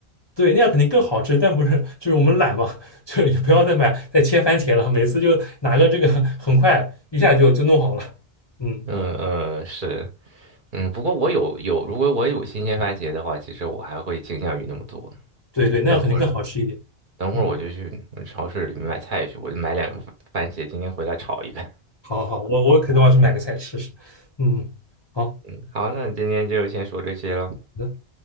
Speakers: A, on the left; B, on the right.
A: 对，那样肯定更好吃，但不是就是我们懒嘛，<laughs> 就是也不要再买再切番茄了，每次就拿个这个，很快一下就就弄好了。嗯，
B: 嗯嗯是，嗯不过我有有，如果我有新鲜番茄的话，其实我还会倾向于那么做。
A: 对对，那样肯定更好吃一点。
B: 等会儿。等会儿我就去超市里面买菜去，
A: 嗯，
B: 我就买两个番番茄，今天回来炒一个。
A: 好好好，我我可都要去买个菜吃吃。嗯，好好
B: 嗯，好，那今天就先说这些了。
A: 的，